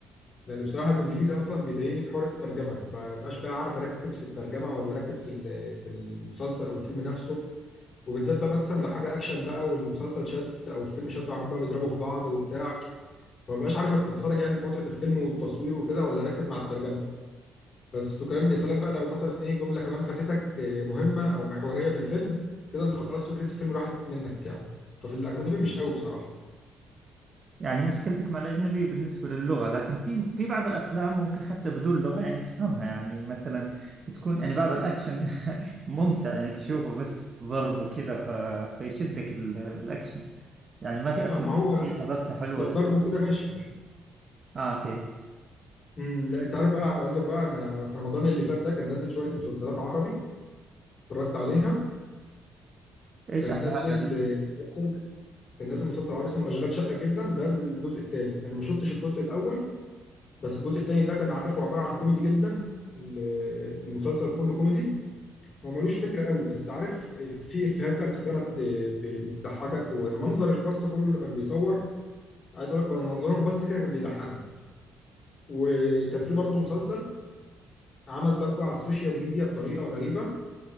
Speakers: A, on the left; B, on the right.
A: لان بصراحه الانجليزي اصلا بيضايقني في حوار الترجمه ما بقاش بقى عارف اركز في الترجمه ولا اركز في ال- في المسلسل او الفيلم نفسه وبالذات بقى مثلا لو حاجه اكشن بقى والمسلسل شد او الفيلم شد وعاملين بقى بيضربوا في بعض وبتاع فما بقاش عارف اتفرج يعني بمتعه الفيلم والتصوير وكده ولا اركز مع الترجمه بس وكلام يا سلام بقى لو مثلا ايه جمله كمان فاتتك آه، مهمه او محوريه في الفيلم كده انت خلاص فكره الفيلم راحت منك يعني ففي الاجنبي مش قوي بصراحه
B: يعني مشكلتك مع الأجنبي بالنسبة للغة لكن في في بعض الأفلام ممكن حتى بدون لغة يعني تفهمها يعني مثلا تكون يعني بعض الأكشن <laughs> ممتع يعني تشوفه بس ضرب وكذا ف... فيشدك ال- الأكشن يعني ما في أفلام
A: اه ما هو لو
B: أجنبية حضرتها حلوة
A: لو
B: كذا
A: ضرب وكده ماشي
B: آه أوكي
A: مم، لا انت عارف بقى اقول لك بقى انا في رمضان اللي فات ده كان نازل شويه مسلسلات عربي اتفرجت عليها
B: إيش
A: كان
B: أحلى
A: نازل
B: حاجة عجبتك؟
A: آه، مسلسل كان نازل مسلسل عربي اسمه اشغال شقه جدا ده الجزء الثاني انا ما شفتش الجزء الاول بس الجزء الثاني ده كان عارف هو عباره عن كوميدي جدا ال- المسلسل كله كوميدي هو ملوش فكره قوي بس عارف في افيهات بقى بتترمى بت- بتضحكك ومنظر الكاست كله اللي كان بيصور عايز اقول لك بقى منظرهم بس كده كان بيضحكني وكان في برضه مسلسل عمل ضجه على السوشيال ميديا بطريقه غريبه